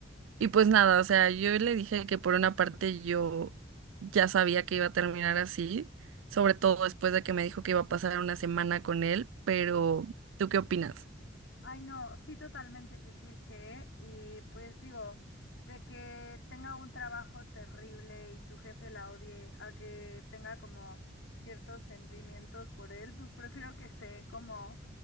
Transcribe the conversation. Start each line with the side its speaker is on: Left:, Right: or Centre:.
Right: Y pues nada, o sea, yo le dije que por una parte yo ya sabía que iba a terminar así, sobre todo después de que me dijo que iba a pasar una semana con él, pero
Left: Sí.
Right: ¿tú qué opinas?
Left: Ay, no, sí, totalmente, qué cliché. ¿eh? Y pues digo, de que tenga un trabajo terrible y su jefe la odie, a que tenga como ciertos sentimientos por él, pues prefiero que esté como